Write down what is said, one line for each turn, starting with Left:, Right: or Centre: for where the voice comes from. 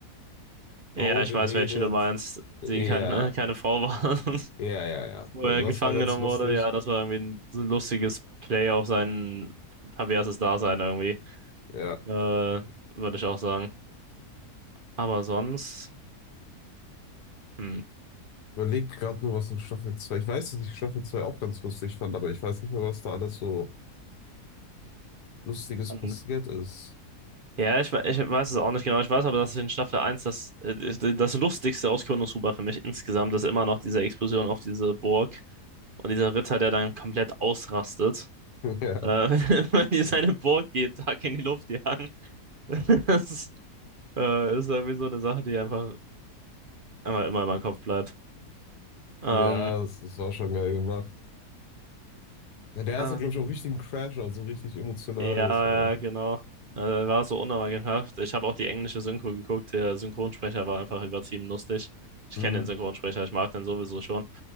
Right: Ja,
Left: Frau
Right: ich
Left: geredet.
Right: weiß, welche du meinst, die
Left: Ja,
Right: keine, keine Frau war, <laughs>
Left: ja, ja, ja.
Right: wo
Left: Also
Right: er
Left: das
Right: gefangen
Left: war ganz
Right: genommen
Left: lustig.
Right: wurde. Ja, das war irgendwie ein, so ein lustiges Play auf sein perverses Dasein irgendwie.
Left: Ja.
Right: Äh, würde ich auch sagen. Aber sonst, hm.
Left: Überlegt gerade nur, was in Staffel 2. Ich weiß, dass ich Staffel zwei auch ganz lustig fand, aber ich weiß nicht mehr, was da alles so Lustiges
Right: An-
Left: passiert ist.
Right: Ja, ich, we- ich weiß es auch nicht genau. Ich weiß aber, dass in Staffel eins das, äh, das Lustigste aus Konosuba für mich insgesamt ist immer noch diese Explosion auf diese Burg und dieser Ritter, der dann komplett ausrastet,
Left: <laughs> Ja.
Right: äh, <laughs> wenn die seine Burg jeden Tag in die Luft jagen. <laughs> Das ist Äh, ist irgendwie so eine Sache, die einfach einmal immer in meinem Kopf bleibt. Ähm,
Left: Ja, das, das war schon geil gemacht. Na, der
Right: Ah,
Left: hatte, glaube ich, auch richtig einen Crash, also richtig emotional.
Right: ja,
Left: Das war.
Right: ja, genau. Äh, war so unnormalhaft. Ich habe auch die englische Synchro geguckt. Der Synchronsprecher war einfach übertrieben lustig. Ich
Left: Mhm.
Right: kenne den Synchronsprecher, ich mag den sowieso schon.